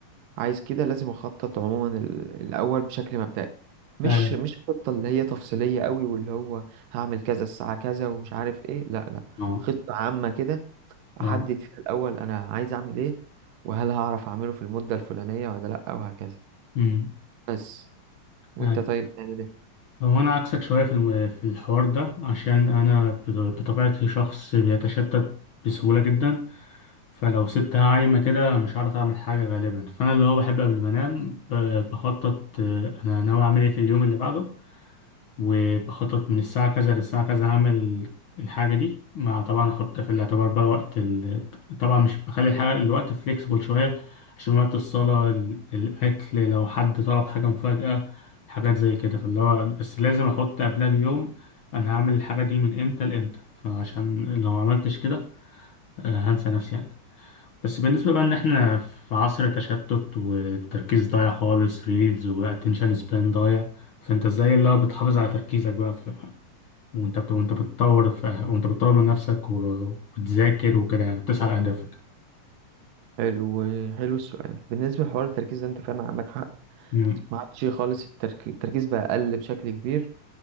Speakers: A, on the right (about 85°); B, on the left (about 60°).
A: عايز كده لازم اخطط عموما ال- الاول بشكل مبدئي مش
B: ايوه
A: مش خطه اللي هي تفصيليه قوي واللي هو هعمل كذا الساعه كذا ومش عارف ايه لا لا
B: اه
A: خطه عامه كده احدد
B: اه
A: فيها الاول انا عايز اعمل ايه وهل هعرف اعمله في المده الفلانيه ولا لا وهكذا
B: امم
A: بس وانت
B: أيوة.
A: طيب بتعمل ايه
B: هو انا عكسك شويه في الم- في الحوار ده عشان انا بط- بطبيعتي شخص بيتشتت بسهوله جدا فلو سبتها عايمه كده مش هعرف اعمل حاجه غالبا فانا اللي هو بحب قبل ما انام ب- بخطط آه، انا ناوي اعمل ايه في اليوم اللي بعده وبخطط من الساعة كذا للساعة كذا هعمل الحاجة دي مع طبعا أحط في الاعتبار بقى وقت ال... طبعا مش بخلي الحاجة الوقت فليكسبل شوية عشان وقت الصلاة ال... الأكل لو حد طلب حاجة مفاجأة حاجات زي كده فاللي هو بس لازم أحط قبلها بيوم أنا هعمل الحاجة دي من إمتى لإمتى فعشان لو ما عملتش كده آه، هنسى نفسي يعني بس بالنسبة بقى إن إحنا في عصر تشتت والتركيز ضايع خالص ريلز وأتنشن سبان ضايع فانت ازاي اللي هو بتحافظ على تركيزك بقى في وانت بت... وانت بتطور في... أه، وانت بتطور من نفسك و- وبتذاكر وكده بتسعى لأهدافك
A: حلو حلو السؤال بالنسبه لحوار التركيز ده انت فعلا عندك حق
B: مم.
A: ما عادش خالص الترك- التركيز بقى أقل بشكل كبير